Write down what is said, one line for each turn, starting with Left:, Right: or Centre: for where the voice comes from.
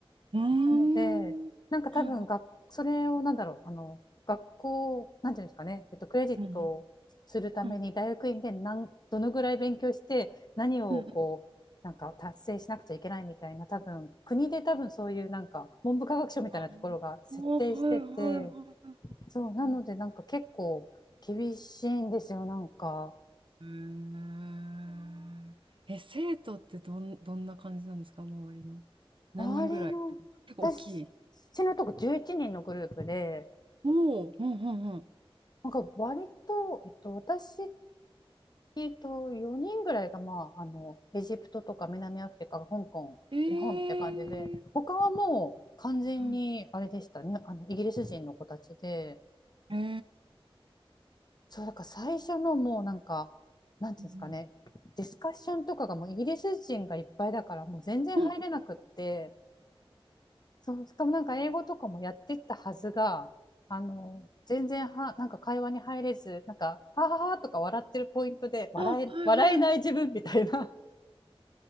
Right: い。うーん。
Left: なので、なんか多分が、
Right: はいはい。
Left: それをなんだろう、あの、学校、なんていうんですかね、えっと、クレジットするために大学院でなんどのぐらい勉強して、
Right: うんうんうん。
Left: 何をこう、
Right: うんうん。
Left: なんか達成しなくちゃいけないみたいな、多分、国で多分そういうなんか、文部科学省みたいなところが設定してて、
Right: ああ。はいはいはいはいはい。
Left: そう、なのでなんか結構厳しいんですよ、なんか。
Right: うんえ、生徒ってどん、どんな感じなんですか、周りの。何人ぐらい
Left: 周りの、
Right: 結構大きい。
Left: 私のとこ11人のグループで、
Right: おお、うんうんうん。
Left: なんか割と、えっと、私えっと、4人ぐらいが、まあ、あの、エジプトとか南アフリカ、香港、
Right: えー、
Left: 日本って感じで、他はもう完全に、
Right: うん
Left: あれでしたね、あの、イギリス人の子たちで、
Right: えー、
Left: そう、だから最初のもうなんか、なんていうんですかね、
Right: うん
Left: ディスカッションとかがもうイギリス人がいっぱいだから、もう全然入れなくって、
Right: うんうん
Left: そう、しかもなんか英語とかもやってったはずが、あの、全然は、なんか会話に入れず、なんか、はははとか笑ってるポイントで、笑え、
Right: はいはいはいはいはいはいはいはい
Left: 笑えない自分みたいな。